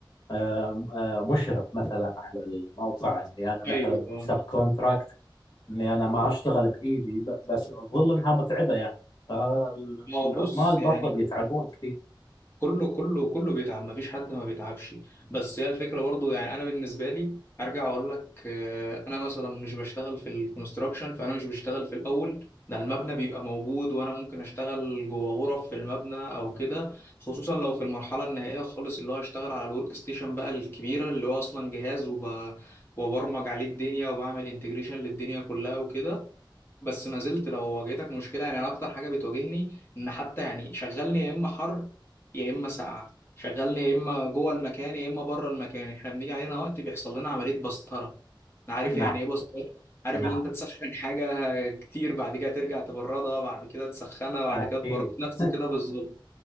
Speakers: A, on the left; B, on the left.
A: آه، آه، مشرف مثلا على الموقع اني انا مثلا
B: ايوه اه
A: سب كونتراكت اني انا ما اشتغل بايدي ب- بس اظل انها متعبة يعني فالعمال
B: آه، بص
A: برضه
B: يعني
A: بيتعبون كثير
B: كله كله كله بيتعب مفيش حد ما بيتعبش بس هي الفكره برضو يعني انا بالنسبه لي ارجع اقول لك آه، انا مثلا مش بشتغل في الكونستراكشن فانا مش بشتغل في الاول ده المبنى بيبقى موجود وانا ممكن اشتغل جوه غرف في المبنى او كده خصوصا لو في المرحله النهائيه خالص اللي هو اشتغل على الورك ستيشن بقى الكبيره اللي هو اصلا جهاز وب... وبرمج عليه الدنيا وبعمل انتجريشن للدنيا كلها وكده بس ما زلت لو واجهتك مشكله يعني انا اكتر حاجه بتواجهني ان حتى يعني شغلني يا اما حر يا اما ساقعه شغلني يا اما جوه المكان يا اما بره المكان احنا بنيجي علينا وقت بيحصل لنا عمليه بسطره عارف
A: نعم
B: يعني ايه بسطره عارف
A: نعم
B: ان انت تسخن حاجه كتير بعد كده ترجع تبردها بعد كده تسخنها بعد
A: اكيد
B: كده تبردها نفس
A: <laughs>
B: كده بالظبط